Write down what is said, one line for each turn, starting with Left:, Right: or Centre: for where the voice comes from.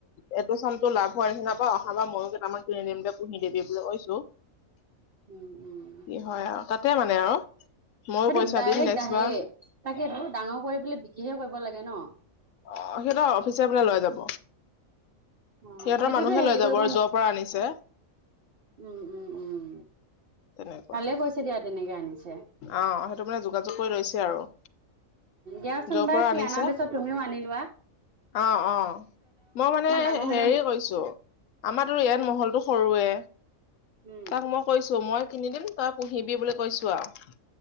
Left: এইটো চাম লা হ হয় নিচিনা বা অহা বা ময়ে তামমাক কিনি দিম দে পুহি দিবি বুলি কৈছো
Right: উম উম।
Left: কি হয় আৰু তাতে মানে আৰু ময়ো
Right: সেইটো
Left: পইচা
Right: ডাইৰেক্ট
Left: দিম নেক্সট
Right: আহেই
Left: বাৰ
Right: তাকেতো ডাঙৰ কৰিবলে বিকিহে কৰিব লাগে ন
Left: অ সিহত অফিচ প লৈ যাব
Right: অ
Left: সিহঁতৰ
Right: সেইটোতো
Left: মানুহে
Right: হেৰি
Left: লৈ যাব
Right: কৰিব
Left: আৰু
Right: ন
Left: যৰ পৰা আনিছে
Right: উম উম উম
Left: তেনেকুৱা
Right: ভালে কৈছে দিয়া তেনেকে আনিছো
Left: অ সেইটো মানে যোগাযোগ কৰি লৈছে আৰু
Right: দিয়াচোন
Left: যৰ
Right: বাাৰ
Left: পৰা
Right: সি
Left: আনিছা
Right: অনাৰ পিছত তুমিও আনিলোৱা
Left: অ অ মই মানে
Right: ডাঙৰ
Left: হেৰি
Right: হলে
Left: কৈছো আমাৰো ইয়াত মহলতটো সৰুৱে
Right: উম
Left: তাক মই কৈছো মই কিনি দিম তই পুহিবি বুলি কৈছো আৰু